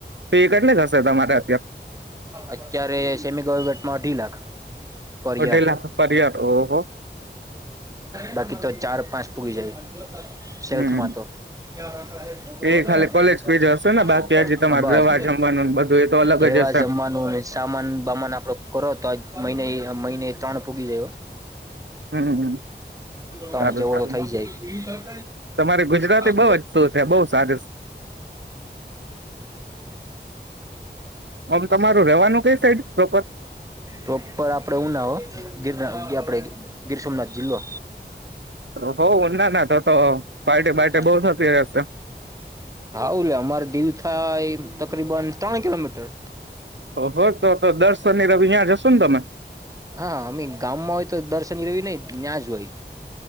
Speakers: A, on the right; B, on the right.
A: ફી કેટલી હશે તમારે અત્યારે
B: અત્યારે સેમી ગવમેટમાં અઢી લાખ. પરિયાર
A: અઢી લાખ પર યર ઓહો
B: બાકી તો ચાર પાંચ પુગી જાય જોતા સેલ્ફ
A: હમ
B: માં તો <unintelligible>
A: એ ખાલી કોલેજ ફીજ હશે ને બાકી હજી તમારે
B: બસ
A: દવા જમવાનું બધું એ તો અલગ
B: રહેેવા
A: જ હશે
B: જમવાનું સામાન બામાન આપડો કરો તો આજ મહિને એક મહિને ત્રણ પૂગી જાય
A: હમ
B: તણ
A: સારું
B: જેવો
A: સારું
B: તો થઈ જાય.
A: તમારે ગુજરાતી
B: હઉ,
A: બઉ જ શું છે બઉ સારું આમ તમારું રેવાનું કઈ સાઈડ પ્રોપર
B: પ્રોપર આપડે ઉના હો ગીર ના આપણે ગીર સોમનાથ જિલ્લો
A: રહો ઓ ના ના તો તો પાર્ટી બાર્ટી
B: હા,
A: બઉ થતી રહેશે
B: હું અલ્યા અમારે દીવ થાય તકરીબન ત્રણ કિલોમીટર
A: ઓહો તો તો દર શનિ રવિ ત્યાં જશો ને તમે
B: હા, અમે ગામમાં હોય તો દર શનિ રવિ નહી ન્યા જ હોય.